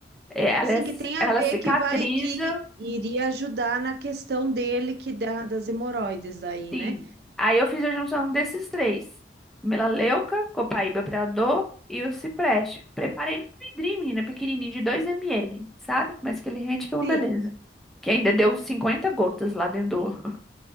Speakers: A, in the centre; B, on the right.
A: é, ela,
B: Sim,
A: é-
B: que tem a
A: ela
B: ver
A: cicatriza.
B: que vai, que iria ajudar na questão dele, que dá das hemorroides daí,
A: Sim.
B: né?
A: Aí eu fiz a junção desses três: melaleuca, copaíba pra dor e o cipreste. Preparei no vidrinho, menina, pequenininho de 2 ml, sabe? Mas que ele rende que é uma
B: Sim.
A: beleza. Que ainda deu 50 gotas lá dentro do,